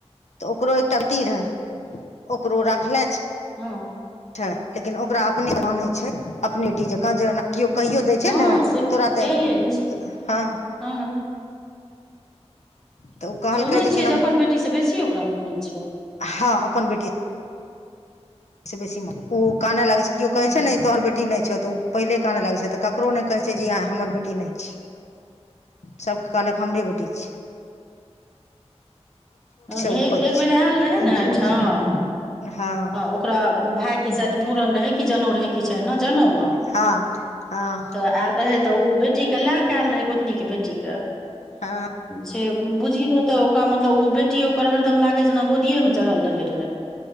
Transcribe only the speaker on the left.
तऽ ओकरो एकटा। रहै ओकरो रखले छै।
छै। लेकिन ओकरा अपने मानै छै। अपने बेटी जकाँ जेज केओ कहियो दै
छै। ने
तोरा तऽ
हँ
तऽ ओ कहलकै
कि नाम
हँ अप्पन बेटी बेसी ओ काने लागै छै।
केओ कहे छै। ने तोहर बेटी बेटी नहि छौ तऽ ओ पहिलेके आनय लागै छै। तऽ ककरो नहि कहै छै। जे हमर बेटी नहि छै। सभ के कहलक हमरे बटै छै।
ओ पैघ
छै
हँ
हँ हँ
हँ